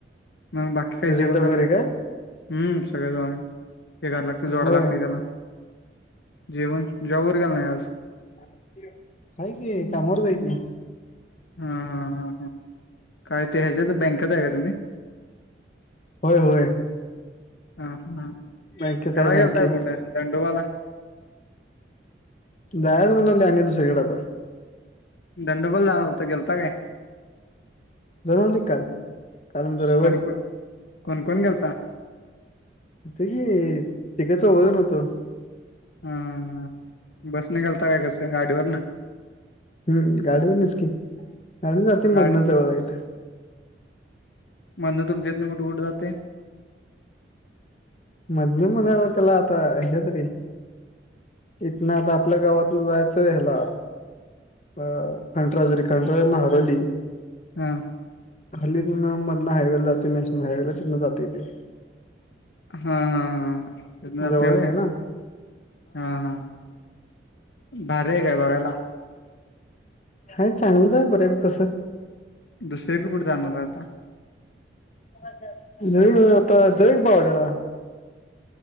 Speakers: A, on the left (about 70°); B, on the left (about 40°).
A: मग बाकी काही
B: रिझल्ट
A: जेवण
B: वगैरे
A: झालं काय? हम्म सगळं <unintelligible> जोडा
B: होय
A: लागतय त्याला जेवन जाँब वर गेल नाही आज?
B: हाय की कामारच हाय की.
A: हां हां हां हां काय ते ह्याच्यात बँकेत आहे का तुम्ही?
B: हो हो
A: हा हा
B: बँकेत
A: फिराय
B: आहे बँकेत
A: गेलता कुठं दंडोबाला?
B: जायच म्हणाले आणि दुसरीकडे आता.
A: दंडोबाला जाणार होता गेलता काय?
B: जाऊन आली का काल. काल रविवार.
A: कोण कोण कोण कोण गेलतं?
B: होतं की तिघं चौघेजण होतो.
A: हम बस नि गेलता का कसं गाडी वरणं?
B: हम्म गाडीवरनच की गाडी जाते
A: गाडी
B: मदन जवळ हाय इथं.
A: म्हणं तुमच्यातन कुठ कुठ जाते?
B: मधन म्हणाला त्याला आता ह्या तरी इथन आता आपल्या गावातन जायचंय हेला खंडेराजुरी खंडेराजुरी मग हरवली.
A: हा
B: हरोल्ली तिथन मधन हायवे ला जात नॅशनल हायवे ला तिथन जाता येते.
A: हा हा हा
B: तिथनं
A: ह जाते
B: जवळच
A: होय
B: आहे ना
A: हा हा. भारी आहे काय बघायला?
B: आहे चांगलंच आहे बऱ्यापैकी तस.
A: दुसरीकडे कुठे जाणार आहे आता
B: <unintelligible> आता जावक बावड्याला